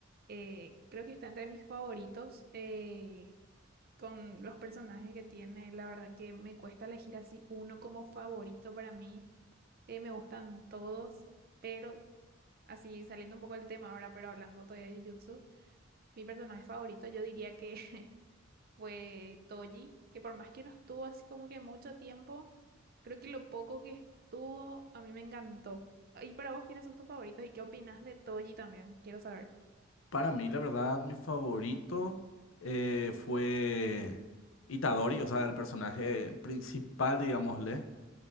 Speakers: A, on the right; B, on the left.
A: eh, creo que está entre mis favoritos eh, con los personajes que tiene, la verdad que me cuesta elegir así uno como favorito para mí. Eh, me gustan todos, pero así saliendo un poco del tema ahora, pero hablando todavía de Jujutsu, mi personaje favorito yo diría que <laughs> fue Toji, que por más que no estuvo así como que mucho tiempo, creo que lo poco que estuvo a mí me encantó. ¿Y para vos quiénes son tus favoritos y qué opinas de Toji también? Quiero saber.
B: Para mí, la verdad, mi favorito eh, fue Itadori, o sea, el personaje principal, digámosle.